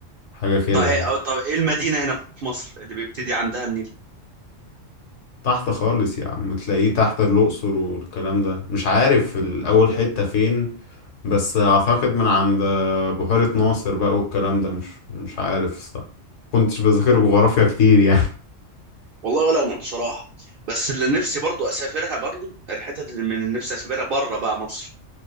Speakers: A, on the left (about 70°); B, on the right (about 65°).
A: حاجة كده
B: طب ايه
A: يعني
B: طب ايه المدينه هنا في مصر اللي بيبتدي عندها النيل
A: تحت خالص يا عم تلاقيه تحت الأقصر والكلام ده مش عارف الأول حتة فين بس أعتقد من عند بحيرة ناصر بقى والكلام ده مش مش عارف الصراحة كنتش بذاكر جغرافيا كتير يعني
B: والله ولا انا بصراحه بس اللي نفسي برضو اسافرها برضو الحتت اللي من نفسي اسافرها بره بقى مصر